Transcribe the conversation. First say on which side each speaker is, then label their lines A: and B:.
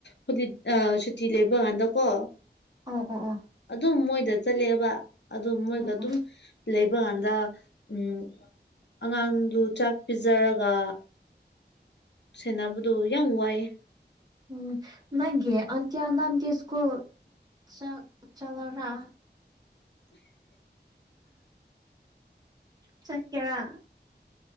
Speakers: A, on the left; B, on the right.
A: ꯍꯗꯤ ꯑ ꯁꯨꯇꯤ ꯂꯦꯞꯄ ꯀꯥꯟꯗ ꯀꯣ
B: ꯑꯣ ꯑꯣ ꯑꯣ
A: ꯑꯗꯨꯝ ꯃꯣꯏꯗ ꯆꯠꯂꯦꯕ ꯑꯗꯨ ꯃꯣꯏꯒ ꯑꯗꯨꯝ
B: ꯑꯣ
A: ꯂꯩꯕ ꯀꯗ ꯎꯝ ꯑꯉꯥꯡꯗꯨ ꯆꯥꯛ ꯄꯤꯖꯔꯒ ꯁꯦꯕꯗꯣ ꯌꯥꯝ ꯋꯥꯏꯑ
B: <unintelligible> ꯆꯥꯛ ꯆꯧꯔꯥ ꯆꯠ ꯀꯔ